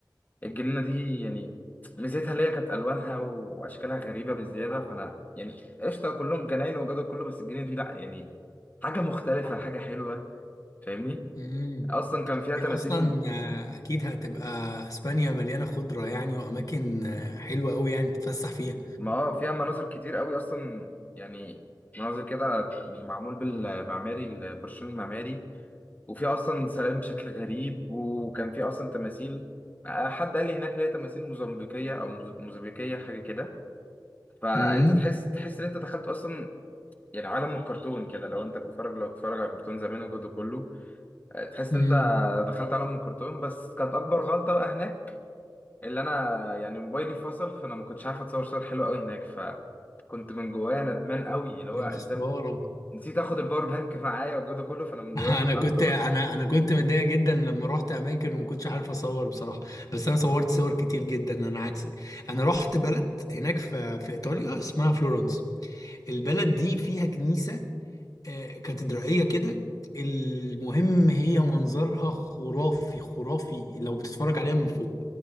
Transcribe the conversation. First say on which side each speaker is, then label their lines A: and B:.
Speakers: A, on the left; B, on the left.
A: الجنينه دي يعني ميزتها اللي هي كانت الوانها واشكالها غريبه بالزياده فانا يعني قشطه كلهم جناين والجو ده كله بس الجنينه دي لا يعني حاجه مختلفه حاجه حلوه فاهمني
B: امم
A: اصلا كان فيها
B: هي
A: تماثيل
B: اصلا آه، اكيد هتبقى اسبانيا مليانة خضرة يعني واماكن آه، حلوة قوي يعني تتفسح فيها
A: ما اه فيها مناظر كتير قوي اصلا يعني مناظر كده معمول بالمعماري البرشلوني المعماري وفيها اصلا سلام بشكل غريب وكان فيه اصلا تماثيل آه، حد قال لي هناك ليه تماثيل موزمبيقيه او موز- موزمبيقيه حاجه كده فانت
B: امم
A: تحس تحس ان انت دخلت اصلا يعني عالم الكرتون كده لو انت بتتفرج لو بتتفرج على كرتون زمان وجوده كله آه، تحس
B: امم
A: ان انت دخلت عالم الكرتون بس كانت اكبر غلطه بقى هناك اللي انا يعني موبايلي فصل فانا ما كنتش عارف اتصور صور حلوه قوي هناك فكنت من جوايا ندمان قوي اللي هو
B: يا
A: ازاي
B: خسارة
A: نسيت اخد الباور بانك معايا وجوده كله فانا
B: <laughs>
A: من جوايا
B: انا
A: كنت
B: كنت
A: عارف اللي هو
B: انا انا كنت متضايق جدا لما رحت اماكن وما كنتش عارف اصور بصراحة بس انا صورت صور كتير جدا انا عكسك انا رحت بلد هناك في في ايطاليا اسمها فلورنس البلد دي فيها كنيسة آه، كاتدرائية كده المهم هي منظرها خرافي خرافي لو بتتفرج عليها من فوق